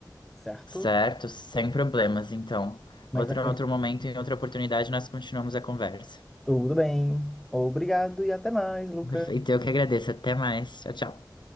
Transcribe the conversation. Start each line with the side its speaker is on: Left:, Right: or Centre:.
Centre: certo?
Left: Certo, sem problemas, então.
Centre: Mas
Left: Outro,
Centre: é,
Left: outro momento, em outra oportunidade, nós continuamos a conversa.
Centre: tudo bem. Obrigado e até mais, Lucas.
Left: Perfeito, eu que agradeço. Até mais. Tchau, tchau.